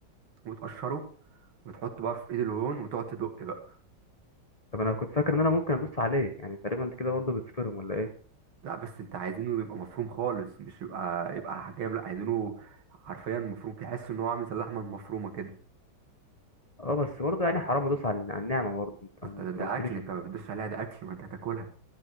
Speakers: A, on the right; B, on the left.
A: وتقشره وتحطه بقى في ايد الهون وتقعد تدق بقى
B: طب انا كنت فاكر ان انا ممكن ادوس عليه يعني تقريبا انت كده برضه بتفرم ولا ايه
A: لا بس انت عايزينه يبقى مفروم خالص مش يبقى يبقى حجام لا عايزينه حرفيا مفروم تحس ان هو عامل زي اللحمه المفرومه كده
B: اه بس برضه يعني حرام ادوس على على النعمه برضه انت
A: ما انت ده, ده
B: ما قلتليش
A: اكل انت
B: الحوار
A: ما بتدوسش عليها ده اكل ما انت هتاكلها